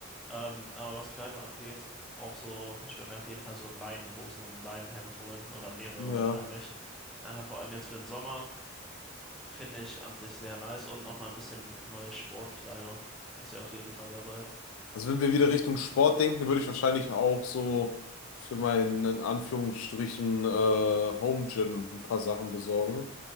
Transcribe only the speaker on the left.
Ja.
Also wenn wir wieder Richtung Sport denken, würde ich wahrscheinlich auch so für meinen in Anführungsstrichen äh, Home Gym ein paar Sachen besorgen.